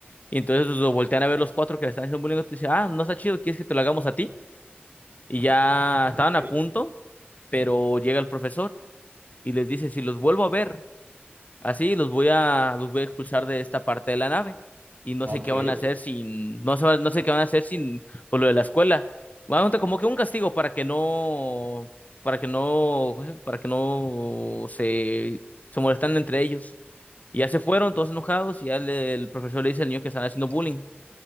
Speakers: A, on the left; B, on the right.
A: Y entonces pues, lo voltean a ver los cuatro que le están haciendo bullying y dice, ah, no está chido, ¿quieres que te lo hagamos a ti? Y ya
B: Sí,
A: estaban
B: Ok.
A: a punto, pero llega el profesor y les dice, si los vuelvo a ver, así los voy a, los voy a expulsar de esta parte de la nave. Y no
B: Ok.
A: sé qué van a hacer sin, no sé, no sé qué van a hacer sin, por lo de la escuela. Van a montar como que un castigo para que no, para que no, para que no se, se molestan entre ellos. Y ya se fueron todos enojados y ya le- el profesor le dice al niño que están haciendo bullying.